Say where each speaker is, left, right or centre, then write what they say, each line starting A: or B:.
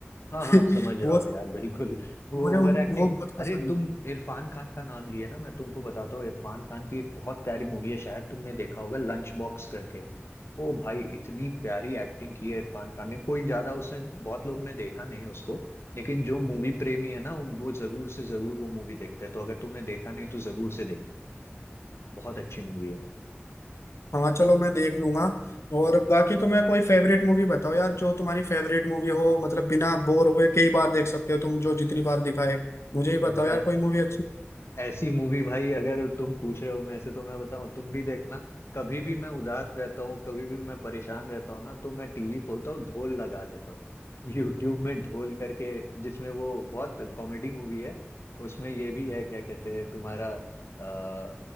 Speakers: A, on the left; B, on the left.
A: हाँ हाँ
B: <laughs>
A: समझ रहा
B: वो
A: हूँ यार बिल्कुल वो
B: मुझे
A: ओवर
B: उन,
A: एक्टिंग
B: वो बहुत पसंद
A: अरे तुम
B: है
A: इरफान खान का नाम लिए ना मैं तुमको बताता हूँ इरफान खान की एक बहुत प्यारी मूवी है शायद तुमने देखा होगा लंच बॉक्स करके ओ भाई इतनी प्यारी एक्टिंग की है इरफान खान ने कोई ज्यादा उसने बहुत लोग ने देखा नहीं उसको लेकिन जो मूवी प्रेमी है ना उन- वो जरूर से जरूर वो मूवी देखते हैं तो अगर तुमने देखा नहीं तो जरूर से देखना बहुत अच्छी मूवी है
B: हाँ चलो मैं देख लूंगा और बाकी तुम्हें कोई फेवरेट मूवी बताओ यार जो तुम्हारी फेवरेट मूवी हो मतलब बिना बोर हुए कई बार देख सकते हो तुम जो जितनी बार दिखाए मुझे ही बताओ
A: अच्छा
B: यार कोई मूवी अच्छी
A: ऐसी मूवी भाई अगर तुम पूछ रहे हो मेरे से तो मैं बताऊं तुम भी देखना कभी भी मैं उदास रहता हूँ कभी भी मैं परेशान रहता हूँ ना तो मैं टीवी खोलता हूँ ढोल लगा लेता हूँ यूट्यूब में ढोल करके जिसमें वो बहुत कॉमेडी मूवी है उसमें ये भी है क्या कहते हैं तुम्हारा अ,